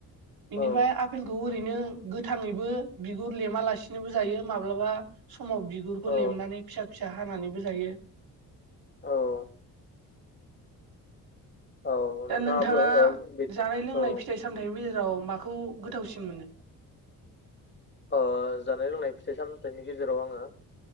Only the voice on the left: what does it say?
औ
औ
औ औ
नोंथाङाबो ओ बे औ
ओ जानाय लोंनाय फिथाइ सामथाइनि गेजेराव आङो